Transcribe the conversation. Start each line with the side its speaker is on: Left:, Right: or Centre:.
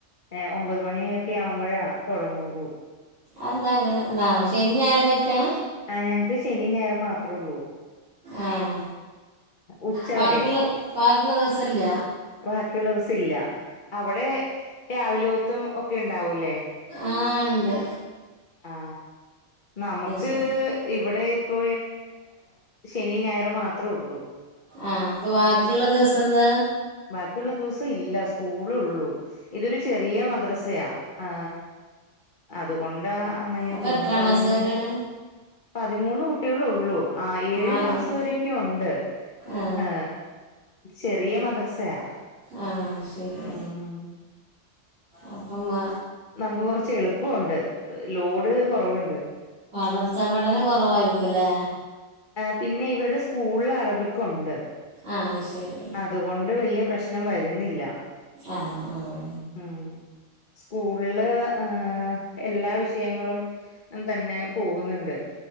Left: ഏ ഒമ്പത് മണിയൊക്കെ ആവുമ്പോഴാ തൊടങ്ങൂള്ളൂ
Right: അതെന്താ അങ്ങനെ ന്നാ ശനിയും ഞായറായിട്ടാ
Left: ആഹ് ഞങ്ങക്ക് ശനിയും ഞായറും മാത്രേയുള്ളൂ
Right: ആഹ്
Left: ഉച്ചവരെയും
Right: ബാക്കിള്ള ബാക്കിയുള്ള ദിവസം ഇല്ല
Left: ബാക്കിയുള്ള ദിവസവില്ല അവടെ രാവിലോത്തും ഒക്കെ ഉണ്ടാവൂലേ
Right: ആഹ് ഇണ്ട്
Left: ആ നമുക്ക് ക്ക്
Right: ശരി
Left: ഇവിടെ ഇപ്പൊ ശനിം ഞായറും മാത്രള്ളൂ
Right: ആഹ് അപ്പൊ ബാക്കിള്ള ദിവസന്താ
Left: ബാക്കിള്ള ദിവസ ഇല്ല സ്കൂളെള്ളൂ ഇതൊരു ചെറിയ മദ്രസയാ ആ അതുകൊണ്ടാ അങ്ങനെന്ന്
Right: അപ്പോൾ
Left: തോന്നുന്നു
Right: എത്രാം
Left: പതിമൂന്ന്
Right: ക്ലാസ് വരെയാണ്
Left: പതിമൂന്ന് കുട്ട്യോളെള്ളൂ ആ ഏഴ്
Right: ആകെ
Left: ക്ലാസ്സ് വരെയൊക്കെ ഉണ്ട്
Right: ആ
Left: ഏ ചെറിയ മദ്രസയാ
Right: ആഹ് ശരി
Left: ഉം
Right: അപ്പ മാ
Left: നമക്ക് കൊറച്ച് എളുപ്പുണ്ട് ലോഡ് കൊറവ്ണ്ട്
Right: മദ്രസ പഠനം കൊറവായിരിക്കുല്ലേ
Left: ആ പിന്നെ ഇവരുടെ സ്കൂളിൽ അറബിക്കുണ്ട്
Right: ആഹ്ശരി
Left: അതുകൊണ്ട് വല്ല്യ പ്രശ്നം വരുന്നില്ല
Right: ആഹ് ആഹ്
Left: ഉം സ്കൂളില് ഏ എല്ലാ വിഷയങ്ങളും തന്നെ പോവ്ന്നുണ്ട്